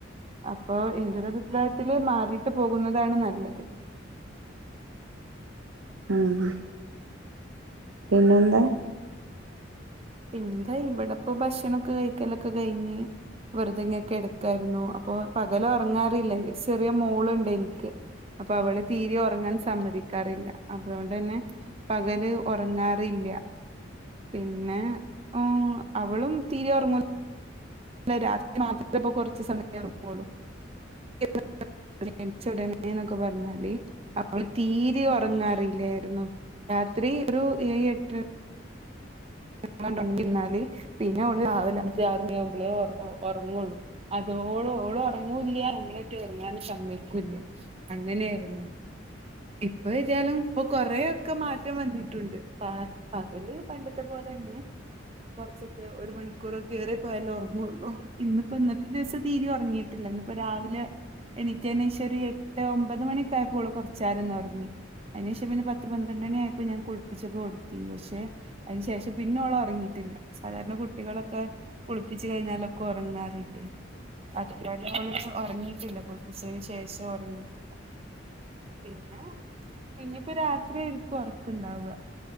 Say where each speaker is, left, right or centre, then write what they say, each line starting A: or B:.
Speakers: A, on the right; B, on the right.
A: അപ്പോ എന്റെ ഒരു അഭിപ്രായത്തില് മാറിട്ട് പോകുന്നതാണ് നല്ലത്
B: ഉം പിന്നെ എന്താ
A: പിന്നെന്താ ഇവിടെപ്പം ഭക്ഷണൊക്കെ കഴിക്കലൊക്കെ കഴിഞ്ഞ് വെറുതെ ഇങ്ങനെ കെടക്കായിരുന്നു അപ്പൊ പകല ഒറങ്ങാറില്ല ഒരു ചെറിയ മോളുണ്ട് എനിക്ക് അപ്പം അവള് തീരീം ഒറങ്ങാൻ സമ്മതിക്കാറില്ല അതേണ്ടെന്നെ പകല് ഒറങ്ങാറില്ല പിന്നെ ഓ അവളും തീരേ ഉറങ്ങൂ അല്ല രാത്രി മാത്രേ പ്പം കൊറച്ച് സമയം ഒറങ്ങൊള്ളൂ <inaudible> നിച്ച ഉടനെന്നൊക്കെ പറഞ്ഞാല് അവള് തീരെ ഒറങ്ങാറല്ലായിരുന്നു രാത്രി ഒരു ഏഴ് എട്ട് ഓളാണ് ഒണ്ന്നിര്ന്നാല് പിന്നെ ഓള് രാവിലെ അഞ്ച് ആറ് മണി ആവുമ്പളേ ഒറണ്ടൊള്ളൂ അതോളം ഓള് ഒറങ്ങൂല്ല ഇന്നെറ്റെ ഒറങ്ങാനും സമ്മയ്ക്കൂല്ല അങ്ങനെയായിരുന്നു ഇപ്പം എത്യാലും ഇപ്പൊ കൊറേ ഒക്കെ മാറ്റം വന്നിട്ടുണ്ട് പ പകല് പണ്ടത്തെ പോലെ തന്നെ കൊറച്ചൊക്കെ ഒരു മണിക്കൂ ക്കൂറൊക്കേ ഏറ്റിപോയാലും ഒറങ്ങ്യൊള്ളു ഇന്നിപ്പം ഇന്നത്തെ ദിവസം തീരിം ഒറങ്ങീട്ടി ല്ല ഇന്നിപ്പം രാവിലെ എണീറ്റേന് ശേഷം ഒരു എട്ട് ഒമ്പത് മണി ഒക്കെ ആയപ്പോള് ഓള് കൊർ ച്ചേരം ഒന്ന് ഒറങ്ങി അയ്‌നേശം പിന്നെ പത്ത് പ ന്ത്രണ്ടണിയപ്പം ഞാൻ കുളിപ്പിച്ചൊക്കെ കൊടുത്തീനി പക്ഷെ അതിന് ശേഷം പിന്നോള് ഒറങ്ങിയിട്ടില്ല സാധാരണ കുട്ടികളൊക്കെ കുളിപ്പിച്ച് കഴിഞ്ഞാലൊക്കെ ഒറങ്ങാറില്ലേ അതിക നേരൊന്നും ഓളിന്ന് ഒറങ്ങിയിട്ടില്ല കുളപ്പിച്ചന് ശേഷം ഒറങ്ങിയിട്ടില്ല പിന്നെ ഇഞ്ഞ്പ്പം രാത്രി ആയിരിക്കും ഒറക്ക്ണ്ടാവ